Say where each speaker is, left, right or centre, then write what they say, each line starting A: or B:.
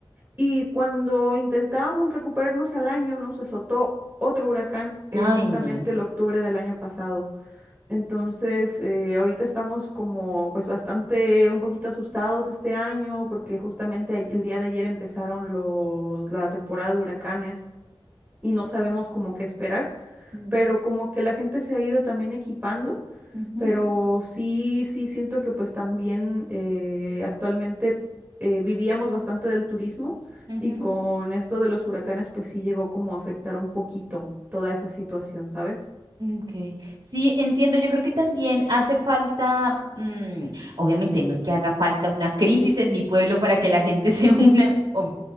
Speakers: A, on the right; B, on the right.
A: Y cuando intentábamos recuperarnos al año, nos azotó otro huracán,
B: Ay,
A: eh, justamente
B: no.
A: el octubre del año pasado. Entonces, eh, ahorita estamos como pues bastante un poquito asustados este año porque justamente ay- el día de ayer empezaron los, la temporada de huracanes y no sabemos como qué esperar,
B: Mm,
A: pero como que la gente se ha ido también equipando
B: ujú,
A: pero sí, sí siento que pues también eh, actualmente eh, vivíamos bastante del turismo
B: ujú.
A: y con esto de los huracanes pues sí llegó como a afectar un poquito toda esa situación, ¿sabes?
B: Okay. Sí, entiendo. Yo creo que también hace falta, mm, obviamente no es que haga falta una crisis en mi pueblo para que la gente se <laughs> una. o-